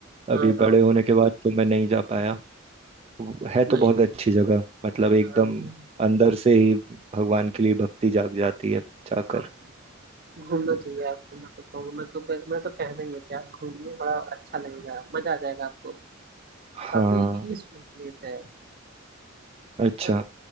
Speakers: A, on the right; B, on the right.
A: अभी
B: हाँ
A: बड़े
B: हाँ
A: होने के बाद तो मैं नहीं जा पाया वो- है तो
B: नहीं
A: बहुत
B: नहीं
A: अच्छी जगह मतलब एकदम
B: हाँ घूम
A: अंदर से ही भगवान के लिए भक्ति जाग जाती है जाकर
B: हाँ घूमना चाहिए आपको मैं तो कहूँगा मैं तो मैं, मैं तो कहना ही है कि आप घूमिए बड़ा अच्छा लगेगा मजा आ जाएगा आपको काफी
A: हाँ
B: पीसफुल प्लेस है
A: अच्छा
B: बस